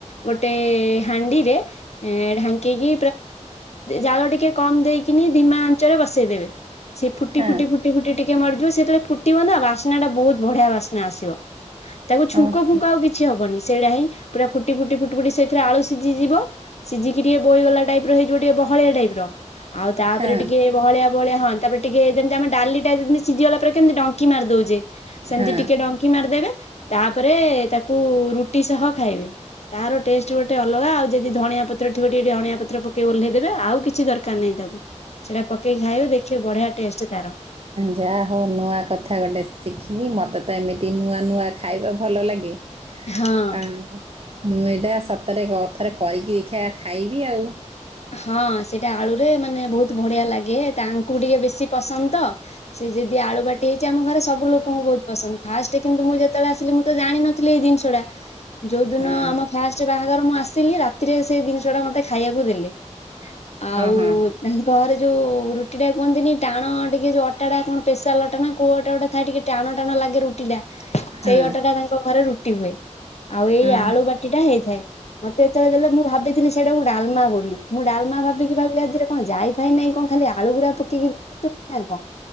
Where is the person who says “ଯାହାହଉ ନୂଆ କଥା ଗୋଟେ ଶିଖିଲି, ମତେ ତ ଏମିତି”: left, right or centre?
Right